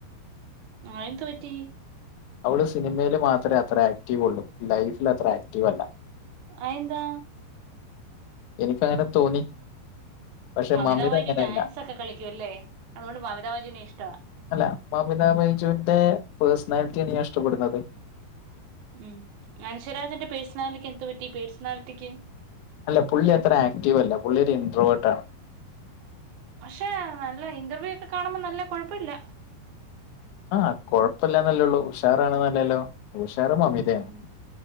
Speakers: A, on the right; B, on the left.
A: ആഹ് എന്തു പറ്റി.
B: അവള് സിനിമേല് മാത്രേ അത്ര ആക്റ്റീവ് ഒള്ളൂ ലൈഫില് അത്ര ആക്റ്റീവ് അല്ല
A: അഎന്താ
B: എനിക്ക് അങ്ങനെ തോന്നി പക്ഷെ
A: മമിതാ
B: മമിത
A: ബജി
B: അങ്ങനെയല്ല
A: ഡാൻസ് ഒക്കെ കളിക്ക്യെല്ലേ അതോണ്ട് മമ താ ബജിനെ ഇഷ്ടാ
B: അല്ല മമിതാ ബൈജുവിന്റെ പേഴ്സണാലിറ്റിയാണ് ഞാൻ ഇഷ്ടപ്പെടുന്നത്
A: ഉം അനുഷരാജന്റെ പേഴ്സണാലിക്ക് എന്തു പറ്റി പേഴ്സണാലിറ്റിക്ക്
B: അല്ല പുള്ളി അത്ര ആക്റ്റീവല്ല പുള്ളി ഒര് എൻട്രോവേട്ട്ആണ്
A: പക്ഷെ നല്ല ഇന്റർവ്യൂ ഒക്കെ കാണുമ്പോ നല്ല കൊഴപ്പ്യല്ല
B: ആഹ് കൊഴപ്പല്ലന്നല്ലെള്ളൂ ഉഷാറാണ് ന്നല്ലല്ലോ ഉഷാറ് മമിതേണ്
A: ഉം
B: <inaudible>